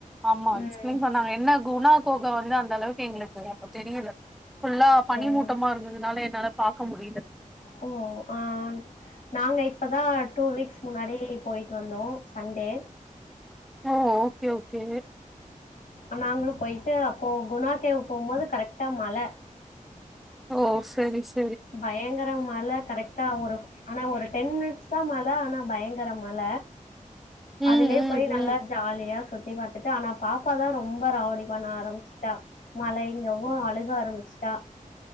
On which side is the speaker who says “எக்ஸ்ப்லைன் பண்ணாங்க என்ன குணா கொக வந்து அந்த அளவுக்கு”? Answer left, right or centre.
Centre